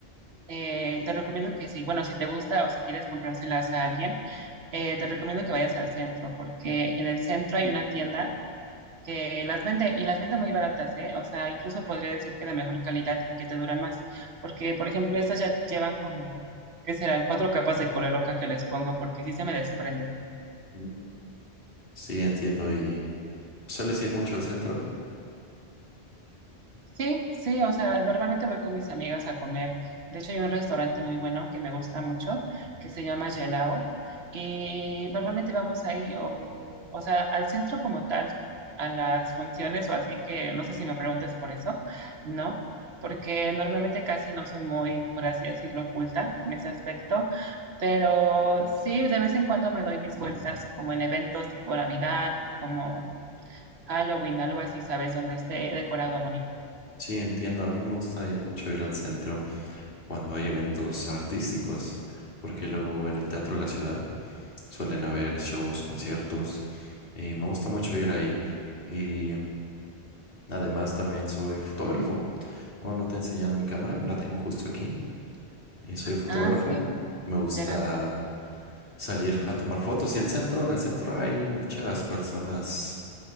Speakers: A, on the right (about 75°); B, on the left (about 60°).
A: eh, te recomiendo que sí, bueno, si te gusta o si quieres comprárselas a alguien, eh, te recomiendo que vayas al centro, porque en el centro hay una tienda que las vende y las vende muy baratas, ¿eh? O sea, incluso podría decir que de mejor calidad y que te duran más, porque por ejemplo, estas ya llevan como, ¿qué serán? Cuatro capas de loca que les pongo porque sí se me desprenden.
B: Mm. Sí, entiendo. ¿Y sueles ir mucho al centro?
A: Sí, sí, o sea, normalmente voy con mis amigas a comer. De hecho, hay un restaurante muy bueno que me gusta mucho, que se llama Gelao, y normalmente vamos ahí, o, o sea, al centro como tal, a las funciones, o así que no sé si me preguntes por eso, ¿no? Porque normalmente casi no soy muy, por así decirlo, oculta en ese aspecto, pero sí, de vez en cuando me doy mis vueltas, como en eventos tipo Navidad, como Halloween, algo así, ¿sabes? Donde esté decorado bonito.
B: Sí, entiendo. A mí me gusta ir- mucho ir al centro cuando hay eventos artísticos, porque luego en el Teatro de la Ciudad suelen haber shows, conciertos, y me gusta mucho ir ahí. Y además también soy fotógrafo. Bueno, no te he enseñado mi cámara, la tengo justo aquí, y soy fotógrafo.
A: Ah, sí,
B: Me gusta
A: ya la vi.
B: salir a tomar fotos. Y el centro, en el centro hay muchas personas,